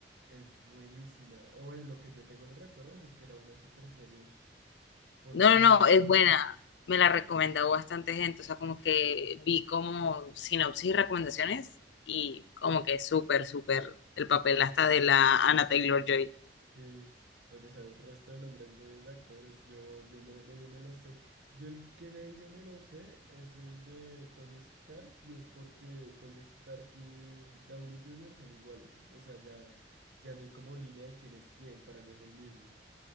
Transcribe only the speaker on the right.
Es buenísima. O en lo que yo tengo los recuerdos es que era una super serie. Porque,
sí, oye, ¿sabes? El resto de nombres de, de actores, yo, yo me, medio me lo sé. Yo el que medio me lo sé es el de Tony Stark. Y es porque Tony Stark y Downey Jr. son iguales. O sea, ya, ya no hay como línea de quién es quién. Para mí es el mismo.